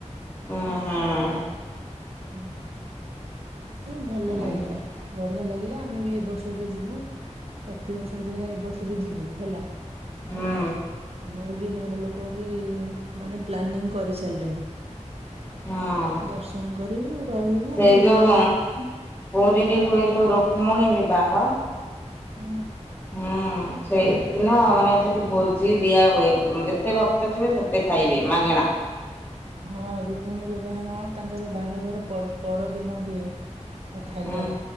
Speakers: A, on the left; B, on the right.
A: ହଁ ହଁ।
B: ହୁଁ। ହ ଭଲ
A: ହୁଁ
B: ଲାଗିଲା ବଢି଼ଆ ଲାଗିଲା ଆମେ ବି ଏବ ବର୍ଷ ବି ଯିବୁ। ପ୍ରତିବର୍ଷ ଭଳିଆ ଏ ବର୍ଷ ବି ଯିବୁ ହେଲା।
A: ହୁଁ
B: ଆମର ବି ଘର ଲୋକ ବି ମାନେ ପ୍ଲାନିଂ କରିସାରିଲେଣି।
A: ହଁ।
B: ଦର୍ଶନ କରିବୁ ରହିବୁ
A: ସେ
B: ରୁମ
A: ଯୋଉ
B: ବ <unintelligible>
A: ପୁରୀରେ ହୁଏ ଯେଉଁ ରୁକ୍ମଣୀ ବିବାହ
B: ହୁଁ।
A: ହଁ। ହଁ ସେଇଦିନ ମାନେ ସେଠି ଭୋଜି ଦିଆହୁଏ। ଯେତେ ଭକ୍ତ ଯିବେ ସେତେ ଖାଇବେ ମା <inaudible>
B: ହଁ ରୁକ୍ମଣୀ ବିବାହ ତାଙ୍କର ବାହାଘର ପର ପରଦିନ ହୁଏ। ଖାଇବା
A: ଆଉ